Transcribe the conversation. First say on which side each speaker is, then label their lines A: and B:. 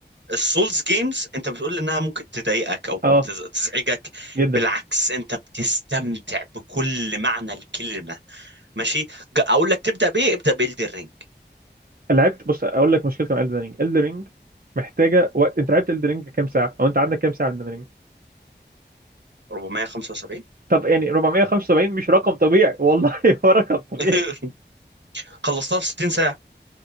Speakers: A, on the right; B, on the right.
A: السولز جيمز انت بتقول انها ممكن تضايقك او
B: اه
A: تز- تزعجك
B: جدا
A: بالعكس انت بتستمتع بكل معنى الكلمه ماشي ج- اقول لك تبدا بايه ابدا بإلدر رينج
B: لعبت بص اقول لك مشكلتي مع الدن رينج الدن رينج محتاجه وقت انت لعبت الدن رينج كام ساعه او انت عندك كام ساعه الدن رينج
A: 475
B: طب يعني 475 مش رقم طبيعي والله <laughs> هو رقم طبيعي
A: <laughs> خلصتها في 60 ساعه